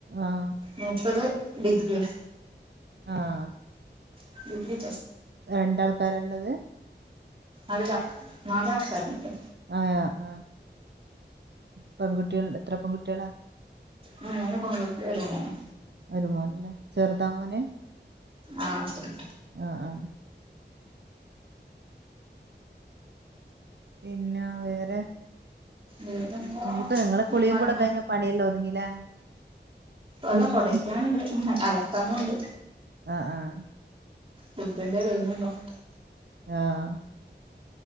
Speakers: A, on the right (about 70°); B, on the right (about 30°).
A: ആഹ്
B: മൂത്തത് ഡിഗ്രിയാ.
A: ആഹ
B: <inaudible>
A: രണ്ടാൾക്കാരള്ളത്?
B: അല്ല. നാലു <unintelligible>
A: ആ ആഹ. പെൺകുട്ടികള് എത്ര പെൺകുട്ടികളാ?
B: മൂന്ന് പെൺകുട്ടിയും ഒരു മോനും.
A: ഒരു മോനല്ലേ ചെറുതാ മോന്.
B: ആഹ് ശരി
A: ആഹ ആഹ. പിന്നെ വേറെ.
B: വേറെന്താ
A: ഇനിയിപ്പ നിങ്ങളടെ
B: ടൈമായിണോ
A: കുളിയും കൂടെ കഴിഞ്ഞ പണിയെല്ല ഒതുങ്ങില്ലേ.
B: അല്ല
A: ആഹ്
B: തുടയ്ക്കാനുണ്ട്, അലക്കാനും ഉണ്ട്.
A: ആഹാ.. !
B: ഫുഡിന്റെ കഴിഞ്ഞുലോ.
A: ആഹ